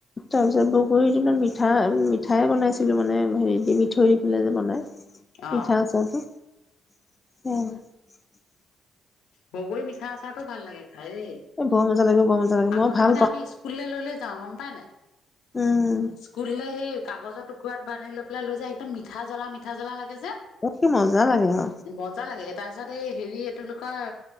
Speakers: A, on the left (about 25°); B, on the left (about 80°).
A: তাৰপিছত বগৰীৰ দিনত মিঠা - মিঠাই বনাইছিলো, মানে হে দি মিঠৈ দি পেলাই যে বনাই। মিঠা
B: অ',
A: আচাৰটো। <unintelligible>
B: বগৰী মিঠা আচ চাৰতো ভাল লাগে খাই দে।
A: এ বৰ মজা লাগে বৰ মজা লাগে
B: আগতে
A: মই ভাল
B: মানে
A: পাওঁ
B: আমি স্কুল লে লৈ লৈ যাওঁ গম পাই নাই?
A: উম
B: স্কুললে সেই কাগজৰ টুকুৰাত বান্ধি লৈ পেলাই লৈ যে একদম মিঠা জলা মিঠা জলা লা গে যে,
A: কি মজা লাগে অ
B: মজা লাগে এটা তাত সেই হেৰি এইটো <unintelligible> কয়